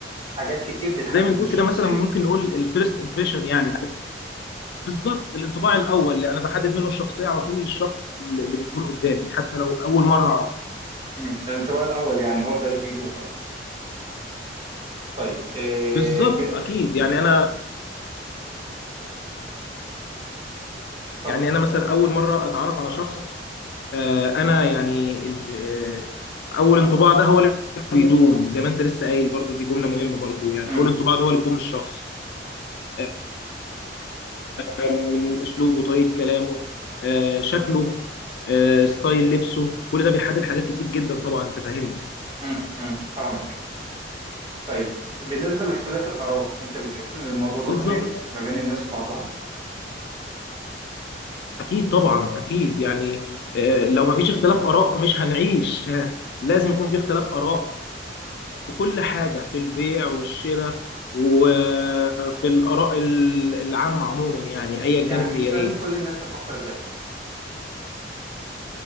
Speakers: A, on the right (about 30°); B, on the left (about 65°).
A: حاجات كتير بتحدد
B: زي ما نقول
A: الشخصية
B: كده مثلا ممكن نقول الفيرست امبريشن يعني بالظبط الانطباع الاول اللي انا بحدد منه الشخصيه على طول للشخص اللي اللي بيكون قدامي حتى لو اول مره اعرفه
A: مم. الانطباع الأول يعني هو ده اللي بيدوم قصدك طيب إيه
B: بالظبط
A: ب-
B: اكيد يعني انا
A: اتفضل
B: يعني انا مثلا اول مره اتعرف على شخص آه، انا يعني ال- آه، اول انطباع ده هو اللي بيدوم زي ما انت لسه قايل برضو دي جمله مهمه برضو يعني
A: امم
B: اول انطباع ده هو اللي بيدوم للشخص آه، من اسلوبه طريقه كلامه آه، شكله آه، ستايل لبسه كل ده بيحدد حاجات كتير جدا طبعا انت فاهمني
A: امم امم فاهمك طيب بالنسبة لاختلاف الآراء أنت بتشوف إن الموضوع ده
B: بالظبط
A: طبيعي ما بين الناس وبعضها
B: اكيد طبعا اكيد يعني آه، لو ما فيش اختلاف اراء مش هنعيش <laughs> لازم يكون في اختلاف اراء في كل حاجه في البيع والشراء وفي الاراء ال- العامه عموما يعني ايا
A: يعني
B: كانت
A: مش
B: هي ايه
A: لازم كل الناس تفكر زيك